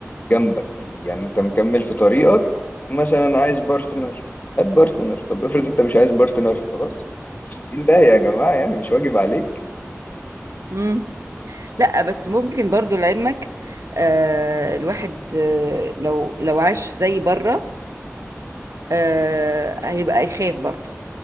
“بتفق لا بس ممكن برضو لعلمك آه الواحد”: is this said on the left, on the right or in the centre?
Right